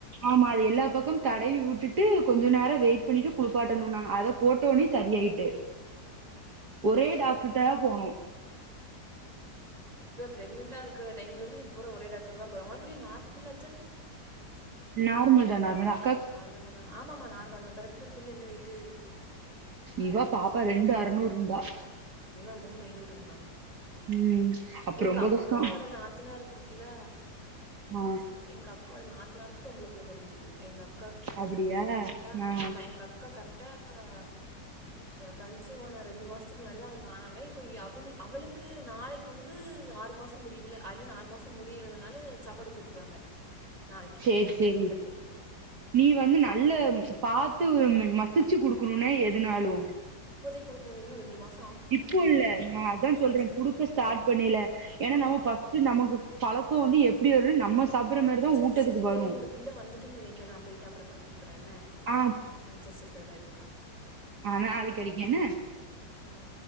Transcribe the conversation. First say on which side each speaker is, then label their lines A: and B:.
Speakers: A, on the right; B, on the right.
A: ஆமா அது எல்லா பக்கமு தடவி வுட் டுட்டு கொஞ்சோ நேரோ வெயிட் பண்ணிட்டு குளிப்பாட்டணோம்னாங்க அத போட்ட ஒன்னே செரி ஆயிட்டு ஒரே டாக்டர்ட்ட போனோ
B: பிரக்னண்டா இருக்குற டைம்லர்ந்து இப்ப வர ஒரே டாக்டர் தா போறே உனக்கு எப்டி நார்மலா
A: நார்மல் தானா அதலா
B: நார்மல் தானா ஆமா ஆமா நார்மல் தா பெறக்கும் போது பிள்ள என்ன வெயிட்டு
A: இவ பாப்பா ரெண்டு அற்நூறு இருந்தா
B: இவ மூனுஐநூறு இருந்தா
A: ம் அப்ப
B: எங்க
A: ரொம்ப
B: அக்காவோட
A: கஷ்டோ
B: நாத்தனாருக்கு இர்க்குல்ல
A: ஆ
B: எங்க அக்காவோட நாத்தனாருக்கு பொம்புள புள்ள பெறந்தது எங்க அக்காக்கு
A: அப்டியா
B: க ககரெக்டா
A: ஆ
B: ஆமா எங்க அக்கா கரெக்டா ஆ கன்சிவான ரெண்டு மாசத்துக்கு முன்னாடிதா அவுங்க ஆனாங்க இப்ப அவனு அவளுக்கு நாளைக்கு வந்து ஆறு மாசம் முடிவுல ஐ மீன் ஆறு மாசம் முடியுறதுனால சாப்பாடு குடுக்க போறாங்க நாளைக்கு
A: சேரி சேரி
B: அந்த பிள்ளைக்கு
A: நீ வந்து நல்ல பாத்து மசிச்சு குடு க்கணுன்னே எதுனாலு
B: குடுக்கோணு இன்னு ரெண்டு மாஸ்
A: இப்போ இல்ல நா அதா சொல்ற
B: ஆச்சிருக்கு
A: குடுக்க ஸ்டார்ட் பண்ணையில ஏன்னா நம்ம ஃபஸ்ட்டு நமக்கு பழக் கோ வந்து எப்டி வருனு நம்ம சாப்புட்ற மாரிதா
B: சேரி
A: ஊட்டத்துக்கு
B: சேரி இந்த
A: வரு
B: எங்க பிள்ள வந்துட்டுன்னு நெனைக்க நா போயிட்டு அப்பறமா கூப் அப்ற என்ன
A: ஆ
B: ஆ செரி செரி பாய் பாய் ஆ
A: ஆனா அது கெடைக்கோணு
B: ம்